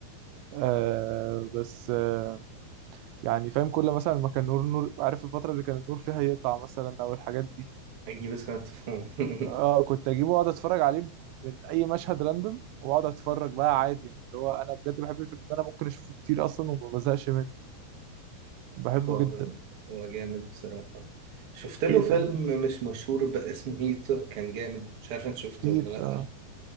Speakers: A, on the right (about 85°); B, on the right (about 50°).
A: آه بس آه يعني فاهم كل مثلا ما كان نور نور عارف الفتره اللي كان النور فيها يقطع مثلا او الحاجات دي
B: اجيب اسكان تفهم <laughs>
A: اه كنت اجيبه واقعد اتفرج عليه من اي مشهد راندوم واقعد اتفرج بقى عادي يعني اللي هو انا بجد بحب الفيلم ده انا ممكن اشوفه كتير اصلا وما بزهقش منه بحبه
B: هو
A: جدا
B: هو جامد بصراحة شفت
A: في
B: له
A: ايه
B: فيلم
A: تاني
B: مش مشهور بس اسمه هيت كان جامد مش عارف انت شفته
A: هيت
B: ولا لأ
A: آه.